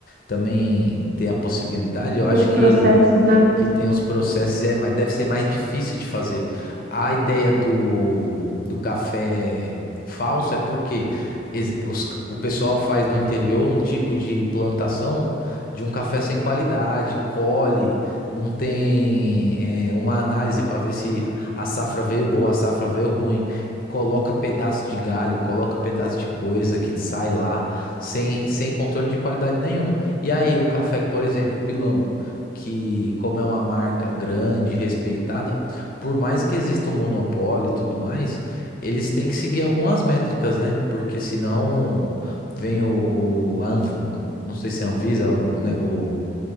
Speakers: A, on the left (about 45°); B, on the right (about 50°).
A: também ter a possibilidade, eu acho
B: Tem os processos,
A: que,
B: né?
A: que tem uns processos e é, mais- deve ser mais difícil de fazer. A ideia do, do café falso é porque es- os- o pessoal faz no interior um tipo de plantação de um café sem qualidade, colhe não tem é, uma análise para ver se a safra veio boa, a safra veio ruim, e coloca pedaço de galho, coloca pedaço de coisa que sai lá, sem, sem controle de qualidade nenhum. E aí, um café, que, por exemplo, o Pilão, que como é uma marca grande, respeitada, por mais que exista um monopólio e tudo mais, eles têm que seguir algumas métricas, né? Porque senão vem o, o, a Anv- o- não sei se é a Anvisa, o, o,